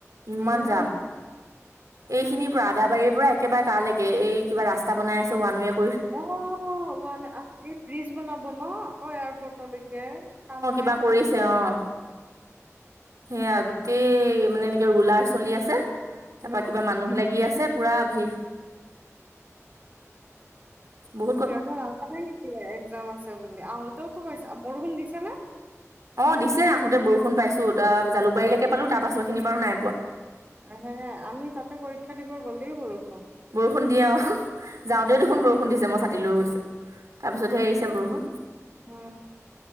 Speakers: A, on the right (about 85°); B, on the right (about 30°).
A: ইমান
B: উম
A: যাম এইখিনিৰ পৰা আদাবাৰীৰ পৰা একেবাৰে তালৈকে এই কিবা ৰাস্তা বাই আছোওৱক
B: অ, ব্ৰিজ বনাব ন আকৌ এয়াৰপৰ্টলৈকে কাম নাই।
A: কিবা
B: এতিয়া
A: কৰিছে অ'। সেইয়া, গোটেই মানে এনেকে ৰুলাৰ চলি আছে। তাৰপা
B: উম
A: কিবা মানুহ লাগি আছে পুৰা ভিৰ। বহ
B: সিহঁতৰ নাজানে নেকি একজাম আছে বুলি? আহোঁতেওতো হৈছে, বৰষুণ দিছে নে?
A: অ' দিছে, আহোতে বৰষুণ পাইছোঁ। জালুকবাৰীলৈকে পালো, তাৰ পাছৰ খিনি বাৰু নাই পোৱা।
B: সেয়াই, আমি তাতে পৰীক্ষা দিব গ'লেই বৰ
A: বৰষুণ দিয়ে অ'। যাওঁতে দেখোন বৰষুণ দিছে, মই ছাতি লৈ গৈছো। তাৰপিছত, সে এৰিছে বৰষুণ।
B: হ